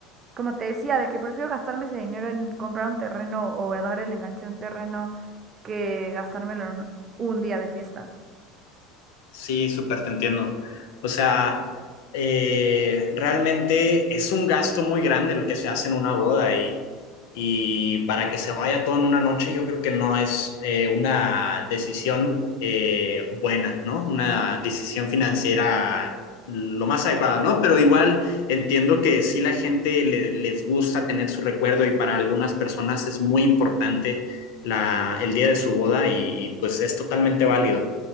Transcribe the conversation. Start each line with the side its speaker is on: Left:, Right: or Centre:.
Right: Como te decía, de que prefiero gastarme ese dinero en comprar un terreno o dar el enganche de un terreno que gastármelo en un día de fiesta.
Left: Sí, súper te entiendo. O sea, eh, realmente es un gasto muy grande el que se hace en una boda y, y para que se vaya todo en una noche, yo creo que no es eh, una decisión eh, buena, ¿no? Una decisión financiera lo más adecuada, ¿no? Pero igual entiendo que sí la gente le- les gusta tener su recuerdo y para algunas personas es muy importante la, el día de su boda y y, pues es totalmente válido.